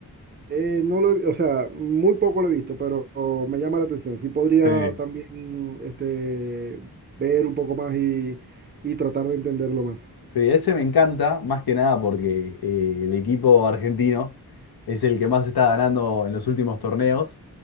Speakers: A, on the right (about 25°); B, on the left (about 70°).
A: Eh, no lo he- o sea, muy poco lo he visto, pero me llama la atención. Sí podría
B: Sí.
A: también este, ver un poco más y, y tratar de entenderlo más.
B: Sí, ese me encanta, más que nada porque eh, el equipo argentino es el que más está ganando en los últimos torneos.